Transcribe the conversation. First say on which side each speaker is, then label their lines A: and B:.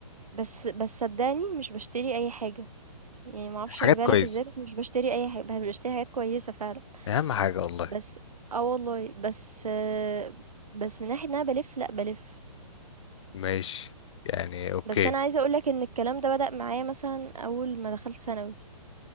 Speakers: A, on the right; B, on the left.
A: بس بس صدقني مش بشتري اي حاجة يعني ما اعرفش
B: حاجات
A: اجيبها
B: كويسه
A: لك ازاي بس مش بشتري اي حاجة بشتري حاجات كويسة فعلا
B: اهم حاجه والله
A: بس آه والله، بس آه، بس من ناحية إن أنا بالِف، لأ بالِف.
B: ماشي يعني اوكي
A: بس أنا عايزة أقول لك إن الكلام ده بدأ معايا مثلًا أول ما دخلت ثانوي،